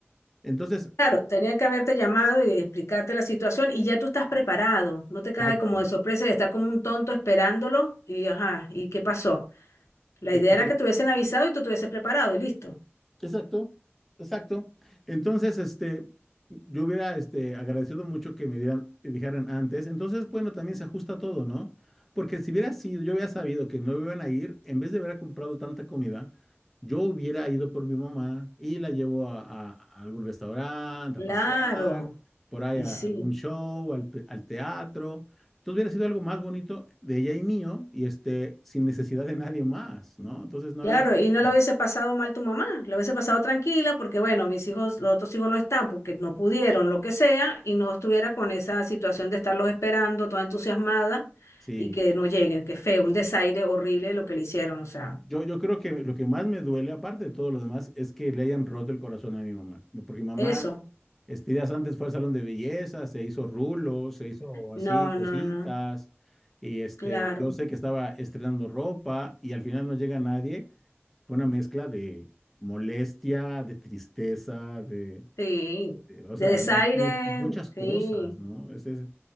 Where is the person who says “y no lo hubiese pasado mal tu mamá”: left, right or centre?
Left